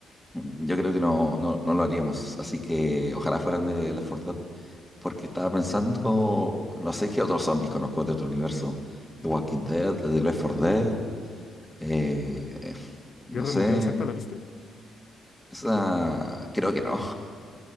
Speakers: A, in the centre; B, on the left.
A: Mm, yo creo que no, no, no lo haríamos. Así que ojalá fueran de Left 4 Dead, porque estaba pensando, no sé qué otros zombies conozco de otro universo, The Walking Dead, de Left 4 Dead, eh, no
B: Guerra
A: sé.
B: Mundial Z, ¿la viste?
A: Esa, creo que no.